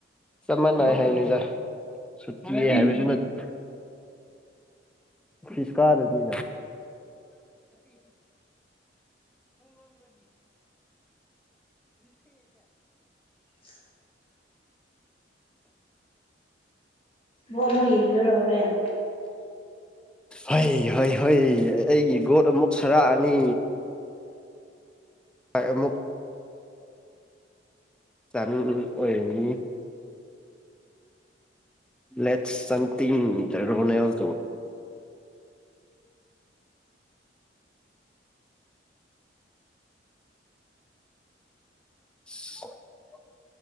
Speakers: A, in the centre; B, on the left (about 30°).
A: ꯆꯃꯅꯅꯥ ꯍꯥꯏꯅꯤꯗ ꯍꯥꯏꯕꯁꯨ
B: ꯎꯝ
A: ꯅꯠꯇ ꯐꯤꯁꯀꯥꯗ ꯍꯒꯤ
B: <unintelligible> ꯕꯥꯜꯂ ꯌꯦꯡꯗꯣꯏꯔꯣ ꯍꯣꯔꯦꯟ
A: ꯍꯣꯏ ꯍꯣꯏ ꯍꯣꯏ ꯑꯩꯒꯤ ꯒꯣꯠ ꯑꯃꯨꯛ ꯁꯔꯛꯑꯅꯤ ꯑꯃꯨꯛ ꯆꯟ ꯑꯣꯏꯔꯅꯤ ꯂꯦꯠ ꯁꯟꯇ ꯔꯣꯅꯥꯜꯗꯣ <unintelligible>